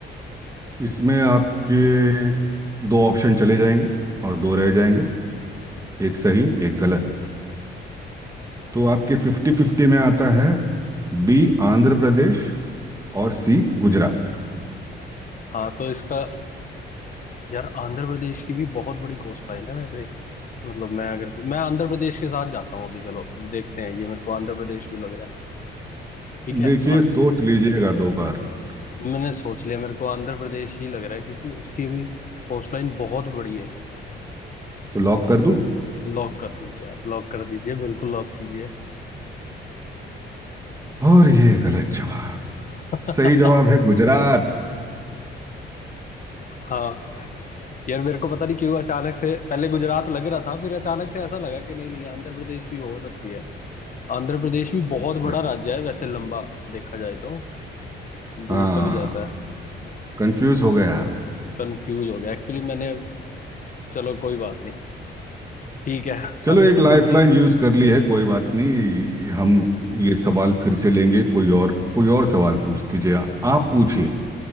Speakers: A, on the right; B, on the left.
A: इसमें आपके दो ऑप्शन चले जाएंगे और दो रह जाएंगे एक सही एक गलत तो आपके फिफ्टी फिफ्टी में आता है बी आंध्र प्रदेश और सी गुजरात
B: हाँ तो इसका यार आंध्र प्रदेश की भी बहुत बड़ी कोस्ट लाइन है वैसे मतलब मैं अगर मैं आंध्र प्रदेश के साथ जाता हूँ अभी चलो देखते हैं ये मेरे को आंध्र प्रदेश क्यों लग रहा है ठीक है
A: देखिए
B: आ,
A: सोच लीजिएगा दो बार तो
B: मैंने सोच लिया मेरे को आंध्र प्रदेश ही लग रहा है क्योंकि उसकी भी कोस्ट लाइन बहुत बड़ी है
A: लॉक कर दूं
B: लॉक कर दीजिए आप लॉक कर दीजिए बिल्कुल लॉक कीजिए
A: और ये गलत जवाब
B: <laughs>
A: सही जवाब है गुजरात
B: हाँ यार मेरे को पता नहीं क्यों अचानक से पहले गुजरात लग रहा था फिर अचानक से ऐसा लगा कि नहीं नहीं आंध्र प्रदेश भी हो सकती है आंध्र प्रदेश भी बहुत
A: अच्छा,
B: बड़ा राज्य है वैसे लंबा देखा जाए तो दूर
A: हाँ
B: तक जाता है
A: कंफ्यूज हो गए आप
B: कंफ्यूज हो गया एक्चुअली मैंने चलो कोई बात नहीं ठीक है
A: चलो
B: अब
A: एक
B: इस
A: लाइफलाइन
B: बूंदी
A: यूज कर ली है कोई बात नहीं हम ये सवाल फिर से लेंगे कोई और कोई और सवाल पूछ दीजिए आप पूछिए